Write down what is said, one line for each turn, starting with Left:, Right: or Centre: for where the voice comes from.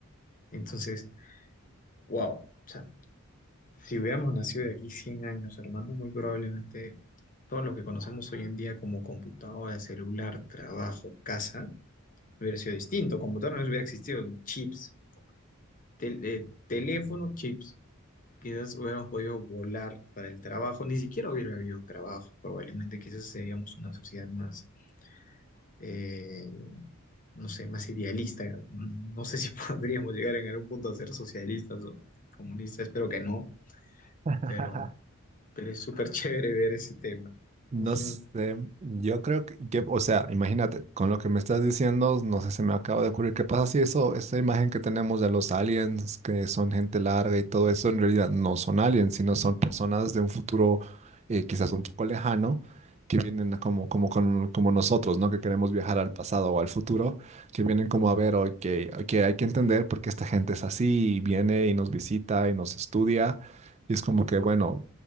Left: Entonces, wow, o sea, Si hubiéramos nacido de aquí 100 años, hermano, muy probablemente todo lo que conocemos hoy en día como computadora, celular, trabajo, casa, hubiera sido distinto. Computadora no hubiera existido, chips, tel- eh, teléfono, chips. Quizás hubiéramos podido volar para el trabajo, ni siquiera hubiera habido trabajo, probablemente. Quizás seríamos una sociedad más, eh, no sé, más idealista. No sé si <laughs> podríamos llegar en algún punto a ser socialistas o comunistas, espero que no,
Right: <laughs>
Left: pero... Pero es súper chévere ver ese tema.
Right: No
Left: Ujú.
Right: sé, yo creo que, que, o sea, imagínate, con lo que me estás diciendo, no sé, se me acaba de ocurrir, ¿qué pasa si eso, esa imagen que tenemos de los aliens, que son gente larga y todo eso, en realidad no son aliens, sino son personas de un futuro eh, quizás un poco lejano, que vienen como, como, con- como nosotros, ¿no? Que queremos viajar al pasado o al futuro, que vienen como a ver, ok, ok, hay que entender por qué esta gente es así, y viene y nos visita y nos estudia, y es como que, bueno.